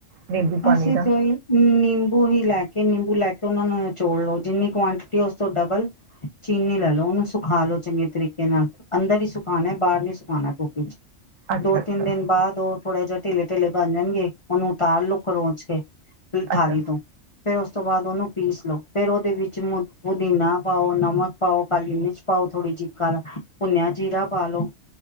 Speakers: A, on the right (about 85°); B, on the left (about 35°).
A: ਨਿੰਬੂ ਪਾਣੀ
B: ਅਸੀਂ
A: ਦਾ
B: ਤੇ ਨਿੰਬੂ ਹੀ ਲੈ ਕੇ ਨਿੰਬੂ ਲਾ ਕੇ ਉਹਨਾ ਨੂੰ ਨਿਚੋੜ ਲਓ ਜਿੰਨੀ ਕੁਆਂਟਿਟੀ ਉਸ ਤੋਂ ਡਬਲ ਚੀਨੀ ਲੈ ਲਓ ਓਨੂੰ ਸੁਖਾ ਲੋ ਚੰਗੇ ਤਰੀਕੇ ਨਾਲ ਅੰਦਰ ਹੀ ਸੁਖਾਉਣਾ ਬਾਹਰ ਨੀ ਸੁਖਾਉਣਾ ਧੁਪ 'ਚ
A: ਅੱਛਾ
B: ਦੋ
A: ਅੱਛਾ
B: ਤਿੰਨ ਦਿਨ ਬਾਅਦ ਉਹ ਥੋੜਾ ਜਿਹਾ ਢੇਲੇ ਢੇਲੇ ਬਣ ਜਾਣਗੇ ਉਹਨੂੰ ਉਤਾਰ ਲੋ। ਖੋਂਰਚ ਕੇ ਫੇਰ ਥਾਲੀ
A: ਅੱਛਾ
B: ਤੋਂ ਫੇਰ ਉਸ ਤੋਂ ਬਾਅਦ ਉਹਨੂੰ ਪੀਸ ਲੋੋ ਫੇਰ ਉਹਦੇ ਵਿੱਚ ਪੁਦੀਨਾ ਪਾਓ, ਨਮਕ ਪਾਓ ਕਾਲੀ ਮਿਰਚ ਪਾਓ, ਥੋੜ੍ਹੀ ਜਿ ਕ ਭੁੰਨਿਆ ਜੀਰਾ ਪਾ ਲਓ।